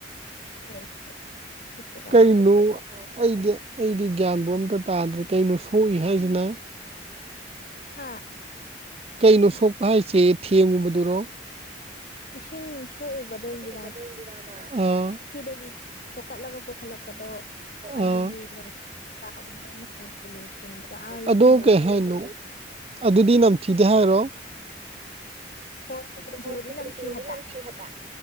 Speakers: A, on the left; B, on the right.
A: ꯁꯤꯅ ꯑꯩꯁꯦ ꯈꯨ ꯀ
B: ꯀꯩꯅꯣ
A: ꯆꯥ꯭ꯔ
B: ꯑꯩꯗꯤ ꯑꯩꯗꯤ ꯒ꯭ꯌꯥꯟꯕꯨ ꯑꯝꯇ ꯇꯥꯗ꯭ꯔꯦ ꯀꯩꯅꯣ ꯁꯣꯛꯏ ꯍꯥꯏꯁꯤꯅ
A: ꯍꯥꯥ
B: ꯀꯩꯅꯣ ꯁꯣꯛꯄ ꯍꯥꯏꯁꯦ ꯊꯦꯡꯉꯨꯕꯗꯨꯔꯣ
A: ꯏꯁꯤꯡ ꯁꯣꯛꯎꯕꯗꯣꯏꯗꯤ
B: <unintelligible> ꯑ
A: ꯐꯤꯗꯒꯤ ꯁꯣꯛꯀꯠꯂꯒ ꯄꯨꯈꯠꯂꯛꯄꯗꯣ ꯑꯗꯨꯗꯤ
B: ꯑꯥ
A: ꯅꯪ <unintelligible> <unintelligible> ꯑꯦ ꯂꯩꯅꯨꯡꯗꯩ
B: ꯑꯗꯣ ꯀꯩ
A: ꯆꯤ
B: ꯍꯥꯏꯅꯣ
A: <unintelligible>
B: ꯑꯗꯨꯗꯤ ꯅꯝꯊꯤꯗꯦ ꯍꯥꯏꯔꯣ
A: ꯍꯣꯏ ꯇꯤꯂꯨ
B: ꯎꯝꯗꯤ
A: ꯆꯤꯡꯕꯗꯤ ꯅꯝꯊꯤ ꯍꯥꯏꯕ
B: <unintelligible> ꯅꯝꯊꯤ ꯍꯥꯏꯕ